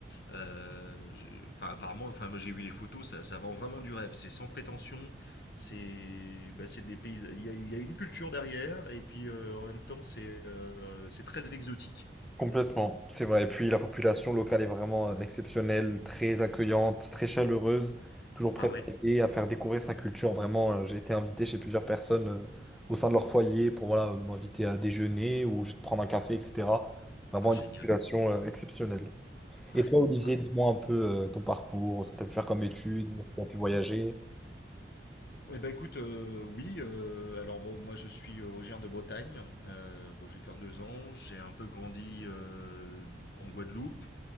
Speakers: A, on the left; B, in the centre.
A: Euh, je- Enfin, apparemment, enfin, moi, j'ai vu les photos. Ça, ça vend vraiment du rêve. C'est sans prétention. C'est, bah, c'est des pays. Il y a, il y a une culture derrière, et puis euh, en même temps, c'est, euh, c'est très exotique.
B: Complètement, c'est vrai. Et puis la population locale est vraiment euh, exceptionnelle, très accueillante, très chaleureuse, toujours prête
A: Ah ouais.
B: à aider, à faire découvrir sa culture. Vraiment, euh, j'ai été invité chez plusieurs personnes euh, au sein de leur foyer pour voilà, m'inviter à déjeuner ou juste prendre un café, etc. Vraiment
A: Ah génial.
B: une population euh, exceptionnelle. Et
A: Ouais.
B: toi, Olivier,
A: Ah.
B: dis-moi un peu euh, ton parcours, ce que tu as pu faire comme études, tu as pu voyager.
A: Eh ben écoute, euh, oui. euh, alors bon, moi je suis originaire de Bretagne. Euh, bon, j'ai qu'un deux ans. J'ai un peu grandi euh, en Guadeloupe.